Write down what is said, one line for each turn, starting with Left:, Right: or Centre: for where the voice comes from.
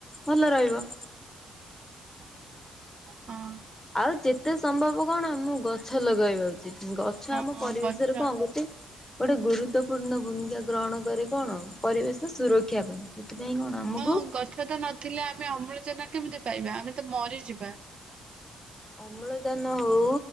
Left: ଭଲ ରହିବ।
Right: ହଁ।
Left: ଆଉ ଯେତେ ସମ୍ଭବ କଣ ଆମକୁ ଗଛ ଲଗେଇବା ଉଚିତ୍ ଗଛ ଆମ
Right: ହଁ
Left: ପରିବେଶରେ
Right: ଗଛ
Left: କଣ ଗୋଟେ ଗୋଟେ ଗୁରୁତ୍ୱପୂର୍ଣ୍ଣ ଭୂମିକା ଗ୍ରହଣ କରେ କଣ ପରିବେଶ ସୁରକ୍ଷା ପାଇଁ ଏଥିପାଇଁ କଣ ଆମକୁ
Right: ହଁ ଗଛ ତ ନଥିଲେ ଆମେ ଅମ୍ଳଯାନ କେମିତି ପାଇବା ଆମେ ତ ମରିଯିବା।
Left: ଅମ୍ଳଯାନ ହଉ